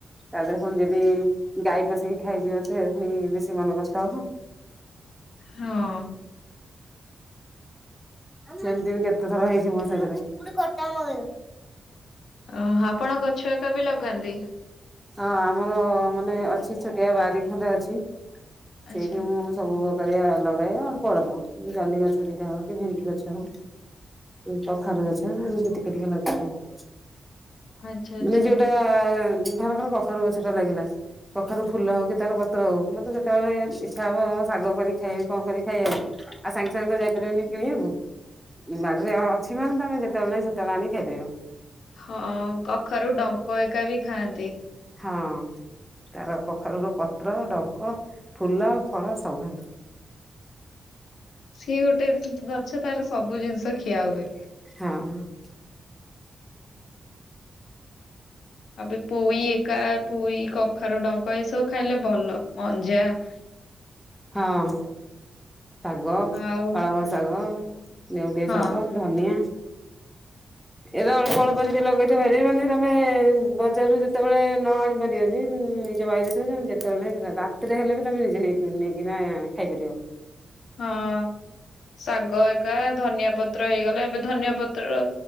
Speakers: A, in the centre; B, on the left (about 80°).
A: ତା ଦେହରେ ପୁଣି ଯଦି ଗାଈ ପଶିକି ଖାଇଯିବ ଯେ ଫୁଣି ବେଶୀ ମନ କଷ୍ଟ ହବ
B: ହଁ ଅଁ
A: ସେମିତି ବି କେତେ ଥର ହେଇଛି ମୋ ସାଥିରେ
B: ଓହୋ ଆପଣ ଗଛ ଏକା ବି ଲଗାନ୍ତି?
A: ହଁ ଆମର ମାନେ ଅଛି ଛୋଟିଆ ବାରି ଖଣ୍ଡେ ଅଛି
B: ଆଚ୍ଛା
A: ସେଇଠି ମୁଁ ସବୁ ପ୍ରକାରିଆ ଲଗାଏ ଅଳ୍ପ ଅଳ୍ପ ଜହ୍ନି ଗଛ ଦିଟା ହଉ କି ଭେଣ୍ଡି ଗଛ ହଉ କଖାରୁ ଗଛ ଏମିତି ଟିକେ ଟିକେ ଲଗେଇ ଦିଏ।
B: ଆଚ୍ଛା ଆଚ୍ଛା
A: ମାନେ ଯୋଉଟା ଧରକର କଖାରୁ ଗଛ ଟା ଲାଗିଲା କଖାରୁ ଫୁଲ ହଉ କି ତାର ପତ୍ର ହଉ ମତେ ଯେତେବେଳେ ଇଚ୍ଛା ହବ ଶାଗ କରିକି ଖାଇବାକୁ କଣ କରିକି ଖାଇବାକୁ ଆଉ ସାଙ୍ଗେ ସାଙ୍ଗେ ତ ଯାଇପାରିବିନି କିଣି ବାକୁ ବାଡିରେ ଅଛି ମାନେ ତମେ ଯେତେବେଳେ ନାହିଁ ସେତେବେଳେ ଆଣି ଖାଇପାରିବ।
B: ହଁ ଅଁ କଖାରୁ ଡଙ୍କ ଏକା ବି ଖାଆନ୍ତି।
A: ହଁ ତାର କଖାରୁ ର ପତ୍ର, ଡଙ୍କ, ଫୁଲ, ଫଳ ସବୁ
B: ସିଏ ଗୋଟେ ଗଛ ତାର ସବୁ ଜିନିଷ ଖିଆ ହୁଏ
A: ହଁ ଅଁ
B: ଆଉ ପୋଇ ଏକା ପୋଇ କଖାରୁ ଡଙ୍କ ଏ ସବୁ ଖାଇଲେ ଭଲ ମଞ୍ଜା <unintelligible>
A: ହଁ ଅଁ ଶାଗ
B: ଆଉ
A: ପାଳଙ୍ଗ ଶାଗ ଲେଉଟିଆ
B: ହଁ
A: ଶାଗ ଧନିଆ ଏବେ ଅଳ୍ପ ଅଳ୍ପ ଯଦି ଲଗେଇଥିବ ବାରିରେ ମାନେ ତମେ ବଜାରୁ ଯେତେବେଳେ ନ ଆଣି ପାରିବ ବି ନିଜ ବାଇ ରେ ଯେତେବେଳେ ନାଇଁ ରାତିରେ ହେଲେ ବି ତମେ ନିଜେ ନେଇ ନେଇଥିବା ଖାଇପାରିବ
B: ହଁ ଶାଗ ଏକା ଧନିଆ ପତ୍ର ହେଇଗଲା ଏବେ ଧନିଆ ପତ୍ର ଅ